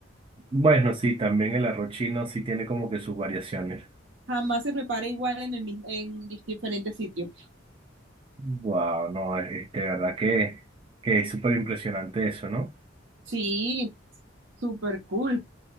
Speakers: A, on the right; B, on the right.
A: Bueno, sí, también el arroz chino sí tiene como que sus variaciones.
B: Jamás se prepara igual en el mismo, en dis- diferentes sitios.
A: Wow, no, es- de verdad que, que es súper impresionante eso, ¿no?
B: Sí, súper cool.